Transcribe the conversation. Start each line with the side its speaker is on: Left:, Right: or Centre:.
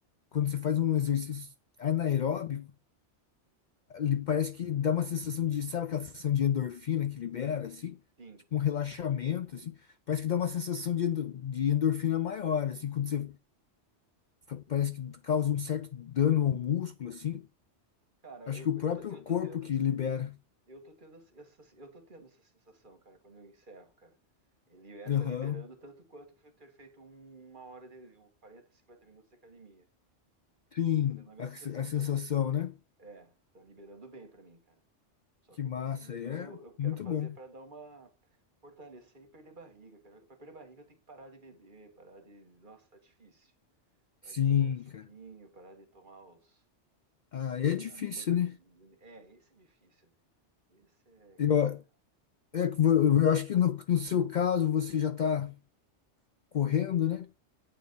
Left: quando você faz um exercício anaeróbico, ele parece que dá uma sensação de, sabe aquela sensação de endorfina que libera, assim?
Right: Sim.
Left: Tipo um relaxamento, assim. Parece que dá uma sensação de, endo- de endorfina maior, assim, quando você fa- parece que causa um certo dano ao músculo, assim.
Right: Cara,
Left: Acho
Right: eu,
Left: que o
Right: eu,
Left: próprio
Right: tô, eu
Left: corpo
Right: tô tendo,
Left: que libera.
Right: eu tô tendo essa, eu tô tendo essa sensação, cara, quando eu encerro, cara. Ele é,
Left: Aham.
Right: tá liberando tanto quanto eu ter feito um- uma hora de 40, 50 minutos de academia.
Left: Sim,
Right: Eu tô tendo a mesma
Left: a,
Right: sensação.
Left: se- a sensação, né?
Right: É, tá liberando bem para mim, cara. Só
Left: Que
Right: que
Left: massa,
Right: eu preciso,
Left: é
Right: eu quero
Left: muito
Right: fazer
Left: bom.
Right: para dar uma fortalecer e perder barriga, cara. Para perder barriga eu tenho que parar de beber, parar de, nossa, tá difícil. Parar
Left: Sim,
Right: de tomar os chopinhos,
Left: cara.
Right: parar de tomar os
Left: Ah, é difícil,
Right: mudar.
Left: né?
Right: É, esse é difícil, né? cara? Esse é
Left: Eu,
Right: complicado.
Left: é, que vo- eu acho que no, no seu caso você já tá correndo, né?